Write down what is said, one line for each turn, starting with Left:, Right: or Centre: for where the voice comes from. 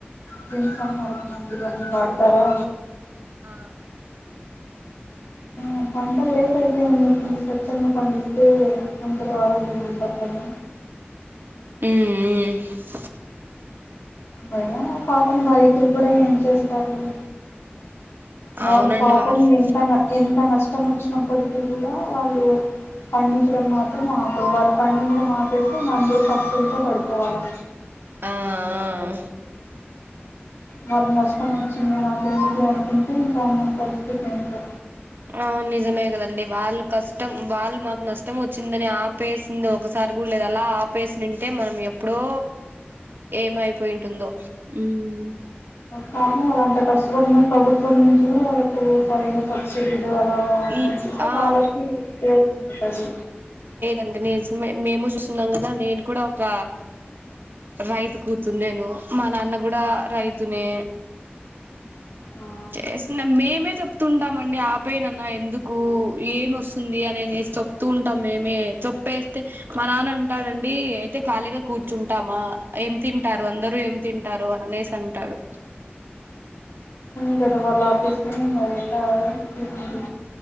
Left: క్రిమి సంహారక మందులు అన్నీ వాడతారా
Right: ఆ
Left: ఆ పంటలు ఏపైతే ఏమవుతుంది స్వచ్ఛంగా పండిస్తే అందరూ ఆరోగ్యంగా ఉంటారు కదా
Right: మ్ మ్
Left: ఆయినా పాపం బాదితులు కూడా ఏం చేస్తారులే వాళ్ళు
Right: అవునండి
Left: పాపం
Right: వాళ్ళు
Left: ఎంత న ఎంత నష్టం వచ్చినప్పటికీ కూడా వాళ్ళు పండించడం మాత్రం ఆపరు వాళ్ళు పండించడం ఆపేస్తే మంది పస్తులతో పడుకోవాలి
Right: ఆ ఆ
Left: వాళ్ళు నష్టం వచ్చింది నాకెందుకులే అనుకుంటే ఇంక మన పరిస్థితి అంతే
Right: అవును నిజమే కదండీ వాళ్ళు కష్టం వాళ్ళు మాకు నష్టం వచ్చిందని ఆపేసింది ఒకసారి కూలేదలా అలా ఆపేసిండుంటే మనం ఎప్పుడో ఏమైపోయుంటుందో మ్
Left: పాపం వాళ్ళు అంత కష్టపడినా వృద్ ఎప్పటి నుంచో వాళ్ళకు సరైన సబ్సిడీ అది అలా
Right: ఈ
Left: అందుకు
Right: ఆ
Left: వాళ్ళకి ఉపయోగం ఉంటది
Right: అండి నిజమే మేము చూస్తున్నాం కదా నేను కూడా ఒక రైతు కూతుర్నేను మా నాన్న కూడా రైతునే
Left: ఆ
Right: చేసిన మేమే చెప్తుంటామండి ఆ పేయి నాన్న ఎందుకు కు ఏం వస్ తుంది అనినేసి చెప్తూ ఉంటాం. మేమే చెప్పేస్తే మా నాన్న అంటాడండి. అయితే ఖాళీగా కూర్చుంటామా ఏం తింటారు? అందరూ ఏం తింటారు? అని అనేసి అంటాడు.
Left: <unintelligible> <unintelligible> ఊహూ